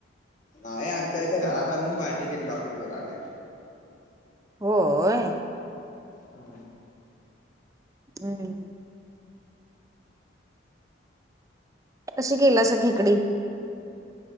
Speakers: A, on the left; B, on the right.
A: नाय आणत्यात इथं घरात आणून पार्टी केलो हो पोराने.
B: होय.
A: हां.
B: हम्म. कशी केलं सघी इकडे?